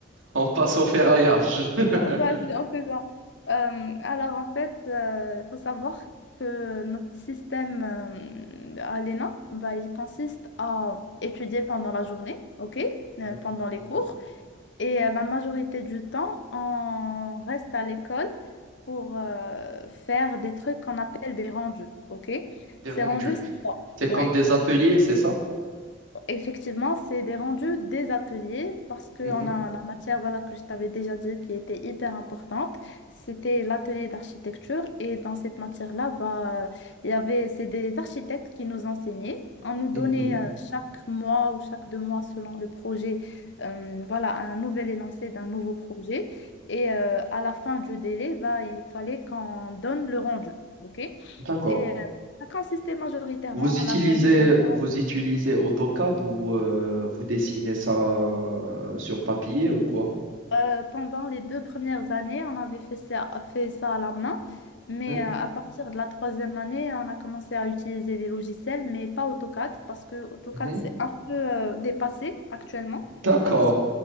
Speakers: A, on the right; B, on the left.
A: On passe au ferraillage.
B: <laughs>
A: <laughs>
B: Vas-y, on fait ça. Euh, alors, en fait, il faut savoir que notre système euh, à l'ENA, bah, il consiste à étudier pendant la journée, OK, euh,
A: Mhm,
B: pendant les
A: mhm.
B: cours. Et euh, la majorité du temps, on reste à l'école pour euh, faire des trucs qu'on appelle des rendus, OK?
A: Des
B: Ces
A: rendus.
B: rendus, c'est quoi?
A: C'est
B: Ouais.
A: comme des ateliers, c'est ça?
B: Effectivement, c'est des rendus des ateliers parce qu'on
A: Mhm,
B: a la matière voilà, que je t'avais déjà dit qui était hyper importante. C'était l'atelier d'architecture et dans cette matière-là, bah, euh, il y avait, c'est des architectes qui nous enseignaient. On nous donnait
A: mhm.
B: euh, chaque mois ou chaque deux mois selon le projet euh, voilà, un nouvel énoncé d'un nouveau projet. Et euh, à la fin du délai, bah, il fallait qu'on donne le rendu. ok
A: D'accord.
B: et euh, ça consistait majoritairement
A: Vous utilisez,
B: en la réalisation
A: vous utilisez AutoCAD ou euh, vous dessinez ça euh, sur papier ou quoi?
B: Euh, pendant les deux premières années, on avait fait ça, fait ça à la main, mais
A: Mhm,
B: euh, à partir de la troisième année, on a commencé à utiliser des logiciels, mais pas AutoCAD, parce que AutoCAD,
A: mhm.
B: c'est un peu euh, dépassé actuellement,
A: D'accord.
B: parce que,